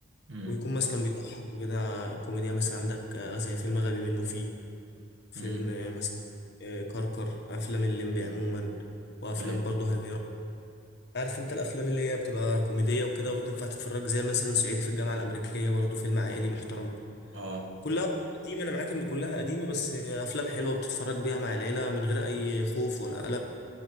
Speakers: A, on the right (about 75°); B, on the left (about 60°).
A: امم
B: ويكون مثلا بيضحك وكده كوميديا مثلا عندك آه، زي فيلم غبي منه فيه فيلم
A: امم
B: آه، مثلا آه، كركر افلام الليمبي عموما وافلام
A: ايوه
B: برضه هنيرة عارف انت الافلام اللي هي بتبقى كوميديه وكده وتنفع تتفرج زي مثلا صعيدي في الجامعه الامريكيه برضه فيلم عائلي محترم
A: اه
B: كلها قديمه انا معاك ان كلها قديمه بس افلام حلوه بتتفرج بيها مع العيله من غير اي خوف ولا قلق